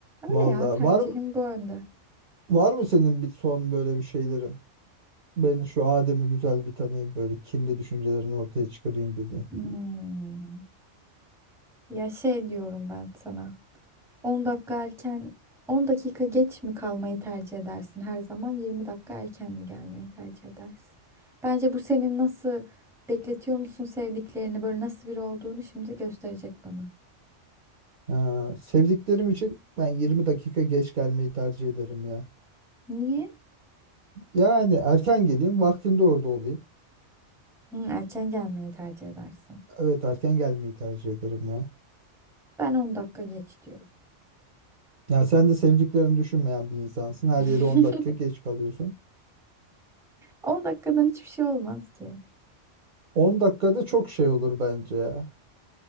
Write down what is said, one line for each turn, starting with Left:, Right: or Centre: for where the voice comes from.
Centre: Öyle
Right: Valla
Centre: ya tercihim
Right: var
Centre: bu yönde.
Right: var mı senin bir son böyle bir şeylerin? Ben şu Adem'i güzel bir tanıyayım böyle kirli düşüncelerini ortaya çıkarayım dedi.
Centre: Hmm. Ya şey diyorum ben sana. 10 dakika erken, 10 dakika geç mi kalmayı tercih edersin her zaman, 20 dakika erken mi gelmeyi tercih edersin? Bence bu senin nasıl bekletiyor musun sevdiklerini, böyle nasıl biri olduğunu şimdi gösterecek bana.
Right: Ha, sevdiklerim için ben 20 dakika geç gelmeyi tercih ederim ya.
Centre: Niye?
Right: Yani erken geleyim, vaktinde orada olayım.
Centre: Hı, erken gelmeyi tercih edersin.
Right: Evet erken gelmeyi tercih ederim ya.
Centre: Ben 10 dakika geç diyorum.
Right: Ya sen de sevdiklerini düşünmeyen bir insansın. Her
Centre: <laughs>
Right: yere 10 dakika geç kalıyorsun.
Centre: 10 dakikadan hiçbir şey olmaz ki.
Right: 10 dakikada çok şey olur bence ya.